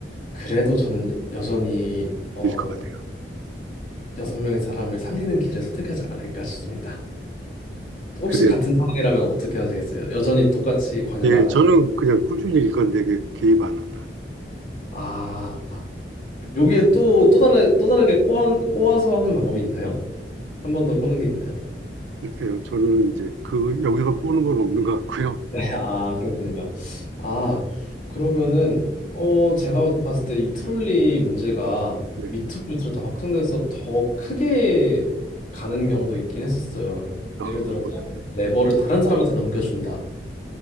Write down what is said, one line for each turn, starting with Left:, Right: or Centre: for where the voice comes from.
Left: 그래도 저는 여전히, 어,
Right: 일 것 같아요.
Left: 여섯 명의 사람을 살리는 길을 선택하지 않을까 싶습니다. 혹시
Right: 그래요.
Left: 같은 상황이라면 어떻게 하시겠어요? 여전히 똑같이 관여를
Right: 예,
Left: 안
Right: 저는
Left: 하실?
Right: 그냥 꾸준히 일관되게 개입 안 한다.
Left: 아, 여기에 또, 또 다른, 또 다르게 꼬아, 꼬아서 하는 방법이 있나요? 한 번 더 꼬는 게 있나요?
Right: 글쎄요, 저는 이제 그 여기서 꼬는 건 없는 것 같고요.
Left: 네, <laughs> 아, 그렇군요. 아, 그러면은, 어, 제가 봤을 때 이 트롤리 문제가
Right: 네,
Left: 밑으로 밑으로 더 확장돼서 더 크게 가는 경우도 있긴 했었어요.
Right: 어,
Left: 예를 들어서
Right: 어떻게?
Left: 레버를 다른 사람한테 넘겨준다.